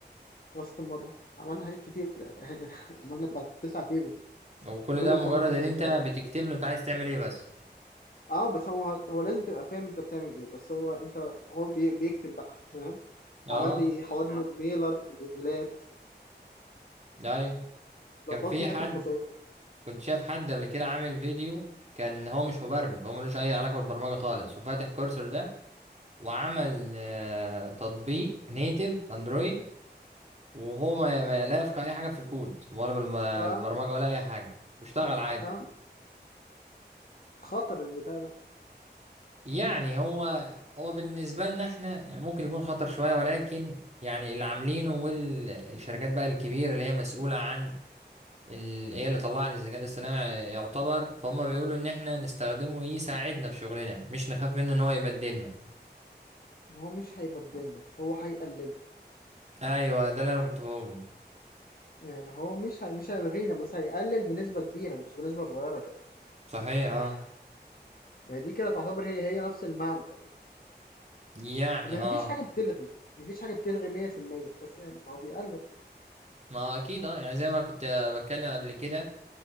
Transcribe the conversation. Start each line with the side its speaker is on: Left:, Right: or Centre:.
Left: والكاستمر عملنا حاجات كتير يعني <laughs> عملنا بتاع تسع تيبلز
Right: وكل
Left: كل
Right: ده
Left: الفانكشنز
Right: مجرد ان انت
Left: بتاعت
Right: بتكتب له انت عايز تعمل ايه بس
Left: اه بس هو هو لازم تبقى فاهم انت بتعمل ايه بس هو انت هو بي... بيكتب بقى فاهم
Right: اه
Left: عمل لي حوار ميلر الايميلات
Right: ايوه
Left: ظبطني
Right: كان في حد
Left: اخر تصور
Right: كنت شايف حد قبل كده عامل فيديو كان هو مش مبرمج هو ملوش اي علاقه بالبرمجه خالص وفاتح كورسر ده وعمل آه تطبيق نيتيف اندرويد وهو ما ما لا يفقه اي حاجه في الكود ولا بالم-
Left: اه
Right: بالبرمجه ولا اي حاجه واشتغل عادي
Left: اه خطر البتاع ده
Right: يعني هو هو بالنسبة لنا احنا يعني ممكن يكون خطر شوية ولكن يعني اللي عاملينه والشركات بقى الكبيرة اللي هي مسؤولة عن ال... هي اللي طلعت الذكاء الاصطناعي يعتبر فهم بيقولوا ان احنا نستخدمه يساعدنا في شغلنا مش نخاف منه ان هو يبدلنا
Left: ما هو مش هيبدلنا هو هيقللنا
Right: ايوه ده اللي انا كنت بقوله
Left: يعني هو مش هي... مش هيلغينا بس هيقلل بنسبة كبيرة مش بنسبة صغيرة كده
Right: صحيح اه
Left: <laughs> ما هي دي كده تعتبر هي هي نفس المعنى تقريبا
Right: يعني
Left: ان
Right: اه
Left: مفيش حاجة بتلغي مفيش حاجة بتلغي 100% بس يعني ما هو بيقلل
Right: ما اكيد اه يعني زي ما كنت بتكلم قبل كده